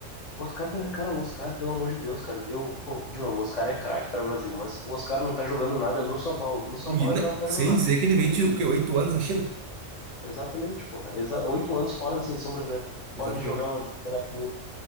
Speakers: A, on the left (about 55°); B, on the right (about 80°).
A: O Oscar também, cara, o Oscar, pelo amor de Deus, cara. Eu, pô, de novo, o Oscar é craque para o Brasil, mas o Oscar não tá jogando nada no São Paulo. No São
B: E
A: Paulo
B: não-
A: ele já não tá
B: sem
A: jogando nada.
B: dizer que ele vende o quê? Oito anos na China?
A: Exatamente, porra. Exa oito anos fora da seleção brasileira.
B: Exatamente.
A: Fora de jogar um futebol de alto nível.